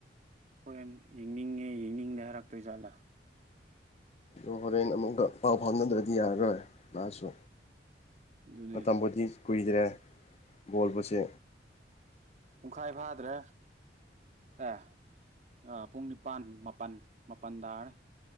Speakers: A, on the right; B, on the left.
A: ꯍꯣꯔꯦꯟ ꯌꯦꯡꯅꯤꯡꯉꯦ ꯌꯦꯡꯅꯤꯡꯗ ꯍꯥꯏꯔꯛꯇꯣꯏ ꯖꯥꯠꯂꯥ
B: ꯑ ꯍꯣꯔꯦꯟ ꯑꯃꯨꯛꯀ ꯄꯥꯎ ꯐꯥꯎꯅꯗ꯭ꯔꯗꯤ ꯌꯥꯔꯔꯣꯏ ꯃꯥꯁꯨ
A: ꯑꯗꯨꯅꯦ
B: ꯃꯇꯝꯕꯨꯗꯤ ꯀꯨꯏꯗ꯭ꯔꯦ ꯕꯣꯜꯕꯁꯦ
A: ꯄꯨꯡꯈꯥꯏ ꯐꯥꯗ꯭ꯔꯦ ꯑꯦ ꯑ ꯄꯨꯡ ꯅꯤꯄꯥꯥꯟ ꯃꯥꯄꯜ ꯃꯥꯄꯜ ꯇꯔ